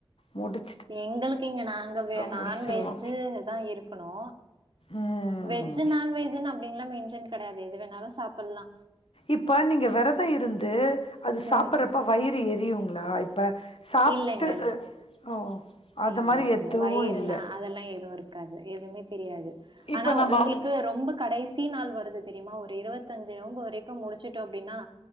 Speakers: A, on the left; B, on the right.
A: முடிச்
B: எங்களுக்கு இங்க நாங்கவே
A: முடிச்சிருவோ
B: நான்வெஜ்ஜு தா இருக்கணு
A: ம்
B: வெஜ்ஜு நான்வெஜ்ஜுன்னு அப்டின்லா மென்ஷன் கெடையாது எது வேணாலு சாப்பிட்லா
A: இப்ப நீங்க விரதோ இருந்து அது சாப்பறப்ப
B: ம்
A: வயிறு எரியுங்ளா இப்ப சாப்ட்டு
B: இல்லங்க
A: அ ஓ அது
B: இல்ல
A: மாரி
B: இல்ல
A: எதுவு
B: வயிறெல்லா
A: இல்ல
B: அதெல்லா எதுவு இருக்காது எதுமே தெரியாது ஆனா
A: இப்ப நம்ம
B: உங்களுக்கு ரொம்ப கடைசி நாள் வருது தெரியிமா ஒரு இருவத்தஞ்சு நோன்பு வரைக்கு முடிச்சிட்டோ அப்டின்னா